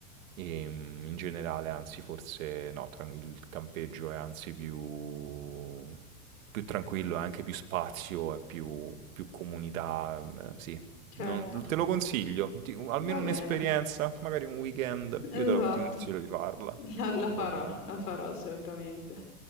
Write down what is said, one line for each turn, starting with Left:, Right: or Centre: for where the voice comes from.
Right: Ehm, in generale anzi forse no, tran il campeggio è anzi più più tranquillo, è anche più spazio, è più più comunità, ehm, sì.
Left: Certo.
Right: Non te lo consiglio, ti almeno
Left: Va bene.
Right: un'esperienza, magari un weekend,
Left: Esatto.
Right: io te lo ti consiglio di farla.
Left: <laughs> La, la farò,
Right: Va bene.
Left: la farò assolutamente.